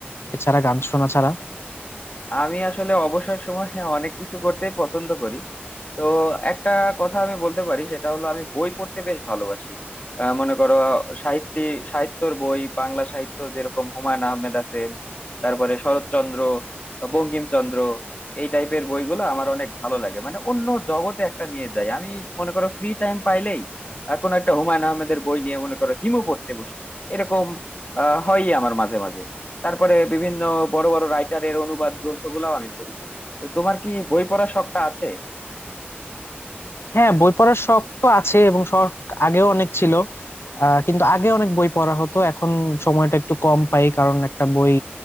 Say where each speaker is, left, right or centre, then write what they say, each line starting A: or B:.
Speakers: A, on the left (about 75°); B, on the left (about 35°).
A: এছাড়া গান শোনা ছাড়া
B: আমি আসলে অবসর সময়ে <laughs> অনেক কিছু করতেই পছন্দ করি তো একটা কথা আমি বলতে পারি সেটা হলো আমি বই পড়তে বেশ ভালোবাসি আহ, মনে করো সাহিত্য সাহিত্যর বই বাংলা সাহিত্য যেরকম হুমায়ুন আহমেদ আছেন তারপরে শরৎচন্দ্র বঙ্কিমচন্দ্র এই টাইপের বইগুলো আমার অনেক ভালো লাগে মানে অন্য জগতে একটা নিয়ে যায় আমি মনে করো ফ্রি টাইম পাইলেই আহ, কোনো একটা হুমায়ুন আহমেদের বই নিয়ে মনে করো হিমু পড়তে বসছি এরকম আহ হয়ই আমার মাঝে মাঝে তারপরে বিভিন্ন বড় বড় রাইটারের অনুবাদ গ্রন্থগুলাও আমি পড়ি তো তোমার কি বই পড়ার শখটা আছে
A: হ্যাঁ বই পড়ার শখ তো আছে এবং শখ আগেও অনেক ছিল আহ, কিন্তু আগে অনেক বই পড়া হতো এখন সময়টা একটু কম পাই কারণ একটা বই